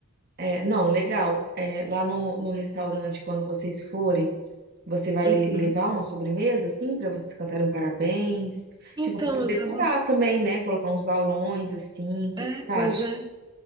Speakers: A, on the right; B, on the right.
A: É, não, legal. É, lá no, no restaurante, quando vocês forem, Você vai
B: Uhum.
A: levar uma sobremesa, assim, para vocês cantarem um parabéns?
B: Então,
A: Tipo, pode
B: eu
A: decorar
B: tava.
A: também, né? Colocar uns balões, assim. O que
B: É,
A: que você acha?
B: pois é.